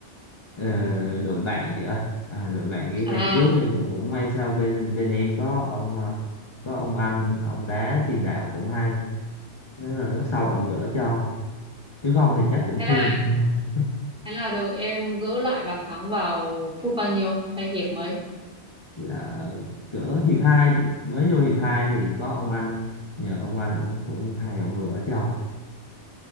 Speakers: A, on the left; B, in the centre.
A: ờ, đội bạn chị ơi à, đội bạn ghi
B: à
A: bàn trước nhưng mà cũng may sao bên bên em có ông à, có ông anh ông đá tiền đạo cũng hay nên là lúc sau ông gỡ cho chứ không thì chắc cũng
B: thế
A: thua
B: là
A: <laughs>
B: thế là đầu em gỡ lại bàn thắng vào phút bao nhiêu hay hiệp mấy
A: dạ, gỡ hiệp hai chị mới vô hiệp hai thì có ông anh nhờ ông anh ông cũng hay ông gỡ cho